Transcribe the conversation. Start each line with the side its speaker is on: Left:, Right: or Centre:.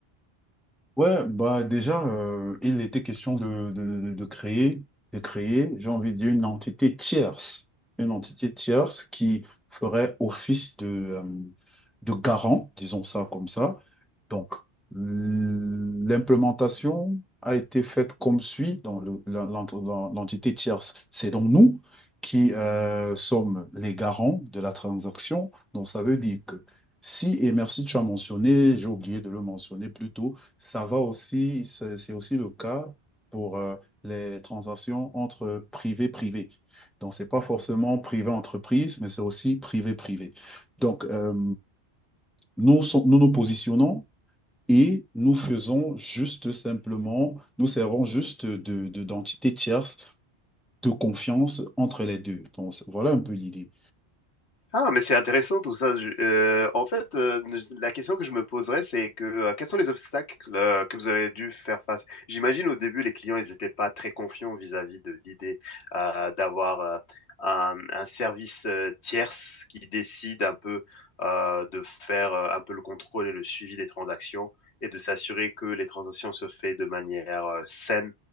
Centre: Ouais, bah déjà, euh, il était question de, de, de- de créer, de créer, j'ai envie de dire, une entité tierce, une entité tierce qui ferait office de, euh, de garant, disons ça comme ça. Donc, l- l'implémentation a été faite comme suit dans le- la- l'ent- dans l'entité tierce. C'est donc nous qui euh, sommes les garants de la transaction. Donc, ça veut dire que si, et merci, tu as mentionné, j'ai oublié de le mentionner plus tôt, ça va aussi, c'est c'est aussi le cas pour euh, les transactions entre privé-privé. Donc, ce n'est pas forcément privé-entreprise, mais c'est aussi privé-privé. Donc, euh, nous, sont- nous nous positionnons et nous faisons juste simplement, nous servons juste de, de- d'entité tierce de confiance entre les deux. Donc, c'est- voilà un peu l'idée.
Left: Ah, mais c'est intéressant tout ça. Je- euh, en fait, euh, je- la question que je me poserais, c'est que euh, quels sont les obstacles euh, que vous avez dû faire face? J'imagine au début, les clients, ils n'étaient pas très confiants vis-à-vis de l'idée euh, d'avoir euh, un, un service euh, tierce qui décide un peu euh, de faire euh, un peu le contrôle et le suivi des transactions et de s'assurer que les transactions se fait de manière euh, saine